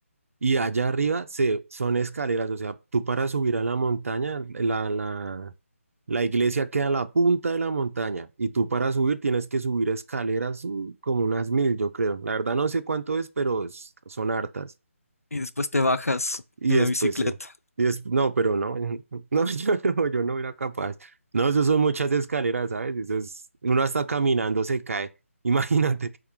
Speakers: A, on the right (about 70°); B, on the left (about 85°).
A: y allá arriba se, son escaleras, o sea, tú para subir a la montaña, la, la, la iglesia queda en la punta de la montaña y tú para subir tienes que subir escaleras mm, como unas mil, yo creo. La verdad no sé cuánto es, pero es- son hartas.
B: Y después te bajas
A: Y
B: en
A: después
B: la bicicleta.
A: sí. Y después, no, pero no, <laughs> no, yo no, yo no era capaz. No, eso son muchas escaleras, ¿sabes? Eso es, uno hasta caminando se cae, <laughs> imagínate.